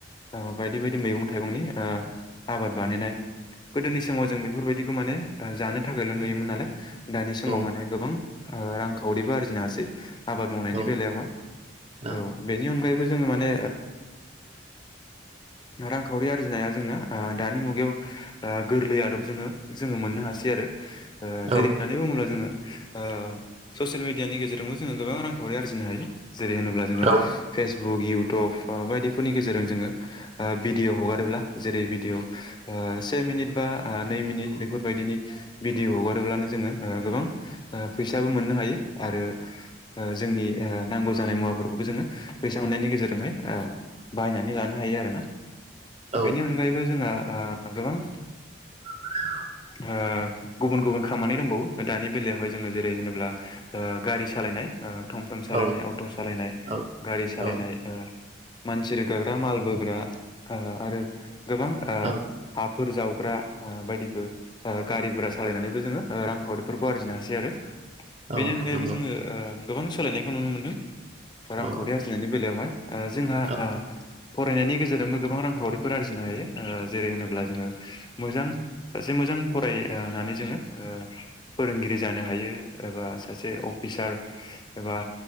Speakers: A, on the left; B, on the right.
A: ओ बायदि बायदि मैगं थाइगंनि ओ आबाद बानायनाय गोदोनि समाव जों बेफोरबायदिखौ माने जानो थाखायल' नुयोमोन नालाय दानि समाव
B: औ
A: माने गोबां ओ रांखावरिबो आरजिनो हासै आबाद मावनायनि
B: औ
A: बेलायावहाय
B: ओं
A: औ बेनि अनगायै बो जोङो माने ओ रां खावरि आरजिनाया जोंना दानि मुगायाव गोरलै आदब जोङो जोङो मोननो हासै आरो ओ जेरै
B: औ
A: होननानै बुङोब्ला जोङो ओ ससियेल मिडियानि गेजेरजोंबो जोङो गोबां रांखावरि आरजिनो हायो। जेरै होनोब्ला जोङो
B: औ
A: फेसबुक इयउटुब बायदिफोरनि गेजेरजों जोङो ओ बि डिअ हगारोब्ला जेरै भिदिअ से मिनिट बा नै मिनिट बेफोरबायदिनि भिडिअ हगारोब्लानो जोङो ओ गोबां फैसाबो मोननो हायो आरो ओ जोंनि ओ नांगौ जानाय मुवाफोरखौबो जोङो फैसा मोननायनि गेजेरजोंहाय बायनानै लानो हायो आरोना।
B: उम, औ
A: बेनि अनगायैबो जोंहा गोबां
B: <inaudible>
A: ओ गुबुन गुबुन खामानि दंबावो दानि बेलायावहाय जोङो जेरै होनोब्ला ओ गारि सालायनाय ओ थम थम सालायनाय
B: औ
A: अट' सालायनाय
B: औ
A: गारि सालायनाय
B: औ
A: ओ मानसि रोगाग्रा माल बोग्रा ओ आरो गोबां ओ
B: औ
A: हाफोर जाव ग्रा बायदिफोर गारि गुरा सालायनानैबो जोङो रांखावरिफोरखौ आरजिनो हासै आरो
B: औ
A: बेनि अनगायैबो
B: नंगौ
A: जोङो ओ गोबां सोलायनायखौ नुनो मोनदों रांखावरि
B: औ
A: आरजिनायनि बेलायावहाय। ओ जोंहा
B: औ
A: फरायनायनि गेजेरजोंबो गोबां रांखावरिफोर आरजिनो हायो ओ जेरै होनोब्ला जोङो मोजां सासे मोजां फराय ओ नानै जोङो ओ फोरोंगिरि जानो हायो एबा सासे अफिसार एबा